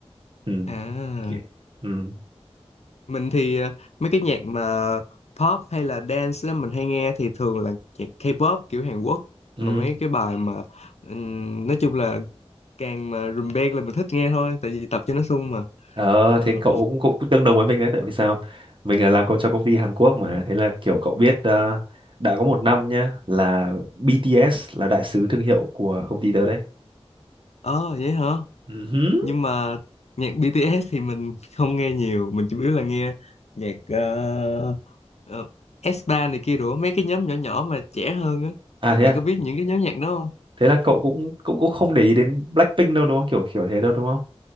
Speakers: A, on the right; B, on the left.
A: Ừm,
B: À,
A: ki- ừm,
B: mình thì ờ, mấy cái nhạc mà pop hay là dance á, mình hay nghe thì thường là nhạc K-pop kiểu Hàn Quốc
A: ừm.
B: mà mấy cái bài mà ừm, nói chung là càng mà rùm beng là mình thích nghe thôi tại vì tập cho nó sung mà.
A: Ờ,
B: Ờ,
A: thế cậu cũng cũng tương đồng với mình đấy, tại vì sao? Mình là làm công cho công ty Hàn Quốc mà, thế là kiểu cậu biết ờ, đã có một năm nhá là BTS là đại sứ thương hiệu của công ty tớ đấy.
B: ờ vậy hả?
A: Ừm.
B: nhưng mà nhạc BTS thì mình không nghe nhiều mình chủ yếu là nghe nhạc ờ, ờ, S3 này kia rồi mấy cái nhóm nhỏ nhỏ mà trẻ hơn á
A: À
B: thì
A: thế
B: bạn
A: à?
B: có biết những cái nhóm nhạc đó không
A: thế là cậu cũng cũng cũng không để ý đến Blackpink đâu đúng không kiểu kiểu thế đâu đúng không